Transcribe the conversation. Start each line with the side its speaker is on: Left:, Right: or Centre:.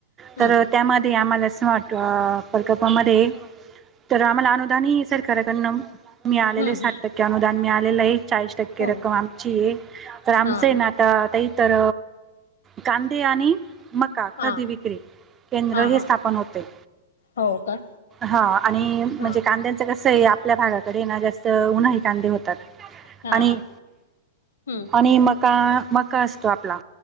Left: हम्म
Right: तर त्यामध्ये ते आम्हाला स्मार्ट प्रकल्पामध्ये तर आम्हाला अनुदानही सरकाराकडन मी आलेले
Left: हम्म
Right: आहे
Left: हम्म
Right: साठ टक्के अनुदान मीळालेलं आहे, चाळीस टक्के
Left: हो
Right: रक्कम आमची आहे, तर आमचं
Left: हा
Right: आहे
Left: हा
Right: ना आ तेहीतर कांदे आणि मग का
Left: हा
Right: खरदी विक्री केंद्र
Left: हा
Right: हे
Left: हा
Right: स्थापन होते.
Left: हो का.
Right: हा आणि म्हणजे
Left: हा
Right: कांद्यांचं कसं आहे, आपल्या भागाकडे ना जास्त उन्हाळी कांदे होते.
Left: हा
Right: आणि
Left: हा हम्म
Right: आणि मका मका असतो आपला.